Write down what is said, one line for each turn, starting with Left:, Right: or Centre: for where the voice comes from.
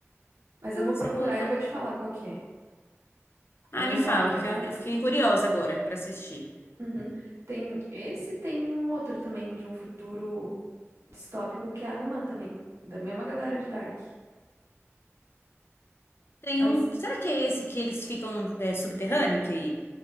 Right: Mas
Left: Nossa,
Right: eu vou procurar,
Left: eu vou, eu vou...
Right: eu vou te falar qual que é. Eu
Left: Ai,
Right: não
Left: me
Right: vou
Left: fala,
Right: lembrar
Left: que
Right: de
Left: ó,
Right: cabeça.
Left: eu fiquei curiosa agora pra assistir.
Right: Uhum. Tem esse, tem um outro também de um futuro distópico que é alemã também, da mesma galera de Dark.
Left: Tem
Right: Mas
Left: um. Será que é esse que eles ficam é, subterrâneo? Que